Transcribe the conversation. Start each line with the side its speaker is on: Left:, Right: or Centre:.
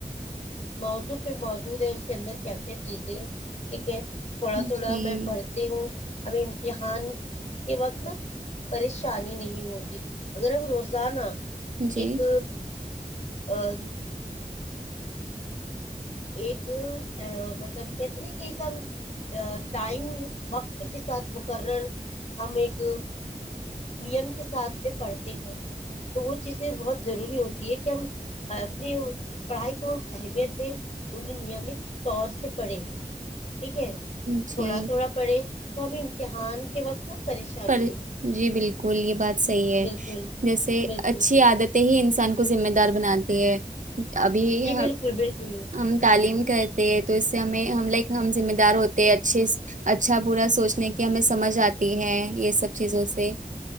Left: موضوع پہ موجود ہے اس اندر کیا کیا چیزیں ہیں ٹھیک ہے تھوڑا
Right: جی
Left: تھوڑا میں پڑھتی ہوں ابھی امتحان کے وقت نا پریشانی نہیں ہوتی اگر ہم روزانہ
Right: جی
Left: ایک ا <inaudible> ایک مطلب کہتے ن کہ ایک ہم ٹائم وقت کے ساتھ مقرر ہم ایک نیم کے ساتھ میں پڑھتے ہیں تو وہ چیزیں بہت ضروری ہوتی ہے کہ ہم اپنی پڑھائی کو اہمیت دیں انہیں نیمت طور سے پڑے ٹھیک ہے
Right: جی
Left: تھوڑا تھوڑا پڑھیں تو ہم امتحان کے وقت نا پریشانی
Right: پر
Left: نہیں ہوتی
Right: جی بالکل یہ بات صحیح ہے
Left: بالکل
Right: جیسے
Left: بالکل
Right: اچھی
Left: جی
Right: عادتیں ہی انسان کو کو ذمہ دار بناتی ہے ابھی
Left: جی
Right: ہم
Left: بالکل بالکل
Right: تعلیم کرتے ہیں تو اس سے ہمیں ہم لائک ہم ذمہ دار ہوتے ہیں اچھے اچھا برا سوچنے کی ہمیں سمجھ آتی ہے یہ سب چیزوں سے